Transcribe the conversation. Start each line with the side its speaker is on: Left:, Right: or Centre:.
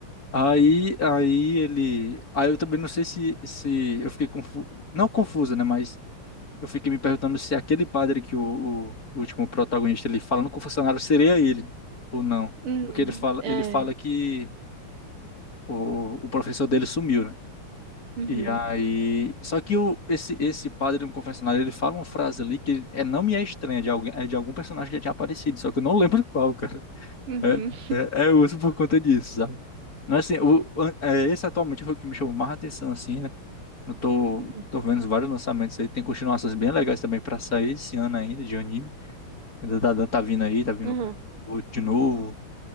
Left: Aí, aí ele, aí eu também não sei se, se eu fiquei confu... não confusa, né, mas eu fiquei me perguntando se aquele padre que o, o último protagonista ele fala no confessionário seria ele ou não.
Right: Hum,
Left: Porque ele fala,
Right: é.
Left: ele fala que o, o professor dele sumiu, né?
Right: Uhum.
Left: E aí, só que o, esse, esse padre no confessionário, ele fala uma frase ali que é, não me é estranha, de alguém, é de algum personagem que já tinha aparecido, só que eu não <laughs> lembro qual, cara.
Right: Uhum.
Left: É, é, é uso por conta disso, sabe? Não é assim, o, an- é, esse atualmente foi o que me chamou mais atenção, assim, né? Eu tô,
Right: <laughs>
Left: tô vendo vários lançamentos aí, tem continuações bem legais também pra sair esse ano ainda, de anime. Ainda Tá, tá vindo aí, tá vindo
Right: Uhum.
Left: o Kakarot de novo,